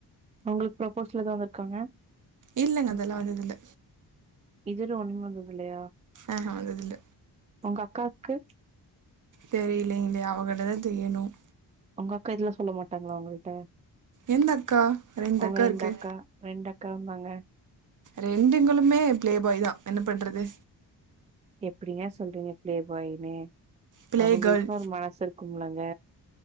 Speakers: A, on the right; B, on the right.
A: உங்களுக்கு ப்ரொப்போஸல் எதா வந்திருக்காங்க
B: இல்லங்க அதெல்லா வந்ததில்ல
A: இதுவரி ஒன்னுமே வந்தது இல்லையா
B: ஆஹா வந்ததுல்ல
A: உங்க அக்காவுக்கு
B: தெரியலங்களே அவங்கிட்ட தா தெரியணும்
A: ஒங்க அக்கா இதுலா சொல்ல மாட்டாங்களா உங்கள்ட்ட
B: எந்த அக்கா
A: அவங்க ரெண்டு
B: இருக்கு
A: அக்கா ரெண்டு அக்கா வந்தாங்க
B: ரெண்டுங்களுமே பிளே பாய் தா என்ன பண்றது
A: எப்டிங்க சொல்றீங்க பிளே பாயினு
B: பிளே
A: அவங்களுக்குனு
B: கேர்ள்
A: ஒரு மனசு இருக்கும் இல்லங்க